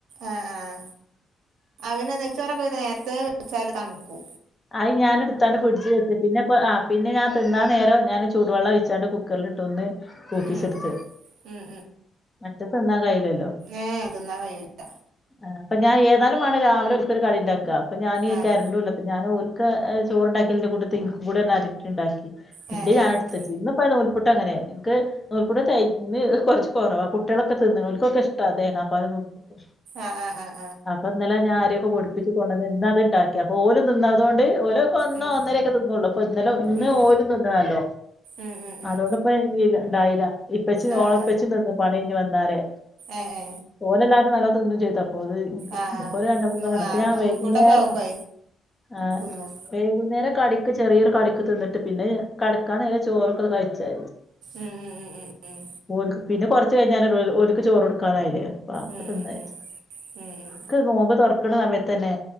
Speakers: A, on the right (about 85°); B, on the left (about 20°).
A: ആഹ ആഹ അഹ പിന്നെ നെയ്ച്ചോറൊക്കെ നേരത്തെ വെച്ചാല് തണുക്കൂ
B: അയി ഞാൻ ഇട്ത്താണ്ട് ഫ്രിഡ്ജ് വെച്ച് പിന്നെപ്പ അഹ പിന്നെ ഞാ തിന്ന നേരം ഞാന് ചൂട് വള്ളം ഒഴിച്ചാണ്ട് കു ക്കറിലിട്ട് ഒന്ന് കൂക്കിച്ചെട്ത്ത്
A: ഉം ഉം
B: മറ്റത് തിന്നാ കയ്ലല്ലോ
A: ഏഹ തിന്നാ കയ്യൂല്ല
B: ആഹ അപ്പ ഞാ ഏതാലും വാണം രാവിലെ ഓല്ക്കൊരു കടി ഇണ്ടാക്ക അപ്പ ഞാനി
A: ആഹ്
B: കരണ്ടൂല്ല അപ്പ ഞാന് ഓല്ക്ക് ചോറണ്ടാക്കില് കൂട്ടത്തി ഇന്കൂടി കരക്റ്റ് ഇണ്ടാക്കി
A: ആ
B: ഇന്റെ
A: ആ
B: ഞാനട്ത്തച്ചീ ഇന്ന പ്പ നൂൽപുട്ടങ്ങനെ ഇന്ക്ക് നൂൽപുട്ട് തെയ് ഇന്ന്കൊർച്ച് കൊറവാ കുട്ടിയാളൊക്കെ തിന്ന്ണ് ഓല്ക്കൊക്കെ ഇഷ്ടാ തേങ്ങാപ്പാലും നൂൽപുട്ടും
A: ആഹ ആഹ ആ ഹ
B: അപ്പ ഇന്നലെ ഞാൻ അരിയൊക്കെ പൊടിപ്പിച്ച് കൊണ്ടന്ന് ഇന്ന അത് ഇണ്ടാക്കി അപ്പ ഓല് നിന്നാതോണ്ട് ഓലൊക്കെ ഒന്നോ
A: ഉം
B: ഒന്നരെ ക്കെ ക്കെ തിന്നള്ളു അപ്പ ഇന്നലെ ഇന്ന്
A: ഉം
B: ഓരും തിന്നുനല്ലോ
A: ഉം ഉം ഉം
B: അതോണ്ട് ഇപ്പ ഇണ്ടായില ഇപ്പച്ചി
A: ആ
B: ഓളപ്പച്ചി
A: ആ
B: ന്ന് പണിഞ് വന്നാരെ
A: ഏ ഏ
B: ഓലെല്ലാരും നല്ല തിന്നും ചെയ്തു അപോത് മ്
A: ആ
B: ഇനിയിപ്പോ
A: ആ
B: ഒരു രണ്ട് മൂന്നണ്ണ്ട്
A: നോ ആ
B: അപ്പ ഞാൻ
A: നോമ്പൂട്ടൊക്കെ
B: വൈകുന്നേരം
A: ആകുമ്പോ
B: ആഹ
A: തിന്നും
B: വൈകുന്നേരം കടിക്ക് ചെറിയൊരു കടിക്ക് തിന്നിട്ട് പിന്നെ കെടക്കാൻ നേരെ ചോറൊക്കെ കഴിച്
A: ഉം ഉം ഉം ഉം
B: ഓൽക്ക് പിന്നെ കൊറച്ച് കഴിഞ്ഞാലൊരു ഓൽക്ക് ചോറ് കൊടുക്കാനായില്ലേ അപ്പൊ
A: ഉം
B: തിന്നാ
A: ഉം
B: വിചാരിച്ച്
A: ഉം ഉം ഉം
B: ഇക്ക് നോമ്പ് തൊറക്കണ സമയതന്നെ